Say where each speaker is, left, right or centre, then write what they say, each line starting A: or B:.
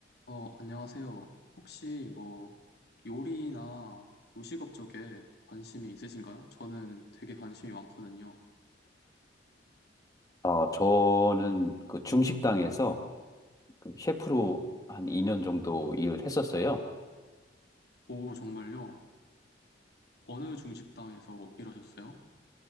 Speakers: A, on the left; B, on the left.
A: 어, 안녕하세요. 혹시 뭐 요리나 요식업 쪽에 관심이 있으신가요? 저는 되게 관심이 많거든요.
B: 아, 저는 그 중식당에서 그 셰프로 한 2년 정도 일을 했었어요.
A: 오, 정말요? 어느 중식당에서 일하셨어요?